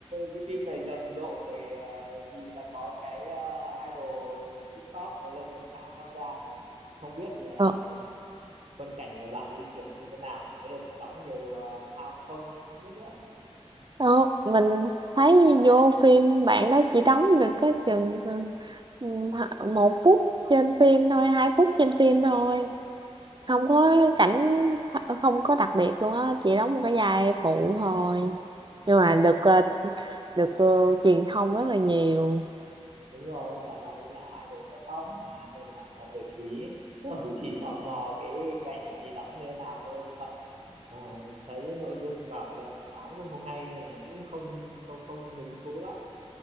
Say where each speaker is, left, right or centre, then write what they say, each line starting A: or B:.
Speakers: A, on the right; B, on the right.
A: cái phim này rầm rộ vì ờ, vì là có cái ờ, idol TikTok Lê Tuấn Khang tham gia ấy. không biết là
B: Ờ,
A: phân cảnh của bạn ấy kiểu như thế nào nhỉ có được đóng nhiều ờ, tham không không biết nữa
B: đó, mình thấy vô phim bạn đó chỉ đóng được cái chừng ừ, h- một phút trên phim thôi hai phút trên phim thôi không có cảnh không có đặc biệt luôn á chỉ đóng một cái vai phụ thôi
A: ừ.
B: nhưng mà được ờ, được ờ, truyền thông rất là nhiều
A: đúng rồi tại bạn ấy là idol top top mà nên là mọi người chú ý tôi cũng chỉ tò mò cái cảnh bạn ấy đóng như thế nào thôi chứ còn ờ, thấy nội dung bảo Lật Mặt Tám cũng không hay nên là cũng không không không hứng thú lắm